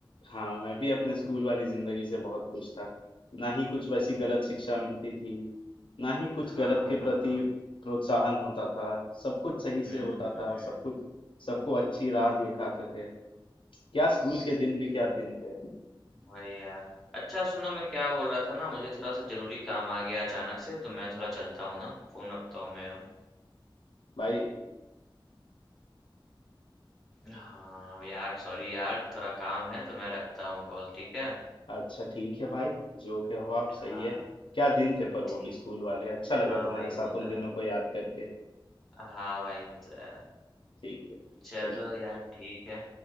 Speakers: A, on the left; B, in the centre.
A: हाँ मैं भी अपने स्कूल वाली जिंदगी से बहुत खुश था ना ही कुछ वैसी
B: हुँ।
A: गलत शिक्षा मिलती थी ना ही कुछ
B: हाँ,
A: गलत के
B: हाँ।
A: प्रति प्रोत्साहन होता था सब कुछ सही से
B: हुँ,
A: होता
B: हुँ।
A: था सब कुछ सबको अच्छी राह दिखाते थे क्या स्कूल के दिन भी क्या दिन थे
B: वही यार। अच्छा सुनो, मैं क्या बोल रहा था ना, मुझे थोड़ा-सा ज़रूरी काम आ गया अचानक से, तो मैं थोड़ा चलता हूँ ना, फ़ोन रखता हूँ मैं अब।
A: भाई
B: हाँ, यार सॉरी यार, थोड़ा काम है तो मैं रखता हूँ कॉल, ठीक है?
A: अच्छा ठीक है भाई जो कहो आप सही
B: हाँ,
A: है क्या दिन थे पर
B: ठीक
A: वो भी स्कूल वाले अच्छा लगा
B: हाँ
A: तुम्हारे
B: भाई, वो
A: साथ
B: तो
A: उन दिनों
B: है।
A: को याद करके
B: हाँ भाई, वो तो है।
A: ठीक है
B: चलो
A: चलो
B: यार, ठीक है।